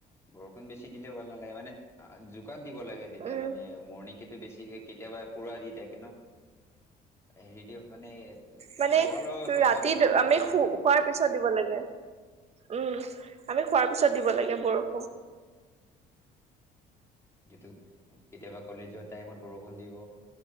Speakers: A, on the left; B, on the right.
A: বৰষুণ বেছি দিলেও ভাল নালাগে মানে জোকাত দিব লাগে তেতিয়া
B: উম
A: মানে মৰ্ণিং কে। বেছি কেতিয়াবা পোৰা দি থাকে ন। হেৰি দি মানে
B: মানে
A: লগালগ ছয়
B: ৰাতিত
A: সাত ঘন্টামান কেতিয়াবাই
B: আমি শোৱাৰ
A: দিয়ে
B: পিছত দিব লাগে। উম আমি খোৱাৰ পিছত দিব লাগে বৰষুণ।
A: যিটো কেতিয়াবা কলেজৰ টাইমত বৰষুণ দিব।